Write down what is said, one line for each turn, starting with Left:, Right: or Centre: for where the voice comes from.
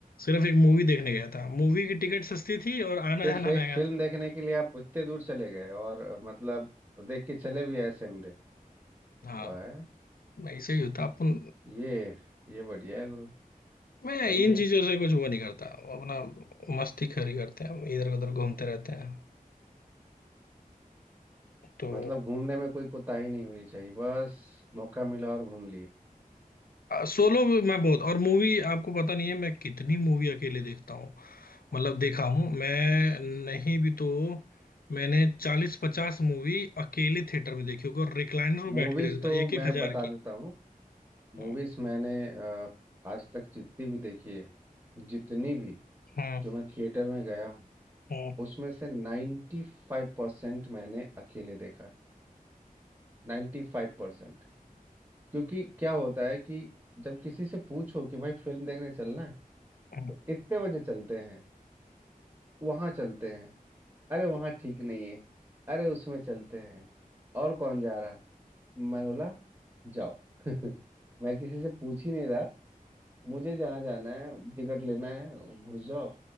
Left: सिर्फ एक मूवी देखने गया था मूवी की टिकट सस्ती थी और आना
Right: सिर्फ
Left: जाना
Right: एक
Left: महंगा
Right: फिल्म
Left: था
Right: देखने के लिए आप उतने दूर चले गए और अ, मतलब देख के चले भी आए सेम डे
Left: हाँ
Right: वाह यार
Left: मैं ऐसे ही होता अपन
Right: ये ये बढ़िया है गुरु
Left: मैं
Right: सही
Left: इन
Right: है
Left: चीजों से कुछ वो नहीं करता अपना मस्ती खरी करते हैं इधर उधर घूमते रहते हैं तो
Right: मतलब घूमने में कोई कोताही नहीं होनी चाहिए बस मौका मिला और घूम लिए
Left: सोलो मैं बहुत और मूवी आपको पता नहीं है मैं कितनी मूवी अकेले देखता हूँ मतलब देखा हूँ मैं
Right: मूवीज
Left: नहीं भी तो मैंने चालीस पचास मूवी अकेले थिएटर में देखी होगी और रिक्लाइनर में
Right: मूवीज
Left: बैठ के देखता
Right: तो
Left: था एक
Right: मैं
Left: एक हजार
Right: बता
Left: की
Right: देता हूँ मूवीज
Left: हम्म
Right: मैंने अ, आज तक जितनी भी देखी है जितनी भी
Left: हम्म
Right: जो मैं थिएटर में गया हूँ
Left: हम्म,
Right: उसमें से नाइन्टी फाइव परसेंट मैंने अकेले देखा नाइन्टी फाइव परसेंट क्योंकि क्या होता है कि जब किसी से पूछो कि भाई फिल्म देखने चलना है
Left: हम्म।
Right: तो इतने बजे चलते हैं वहां चलते हैं अरे वहां ठीक नहीं है अरे उसमें चलते हैं और कौन जा रहा है? मैं बोला जाओ <laughs> मैं किसी से पूछ ही नहीं रहा मुझे जहाँ जाना है टिकट लेना है घुस जाओ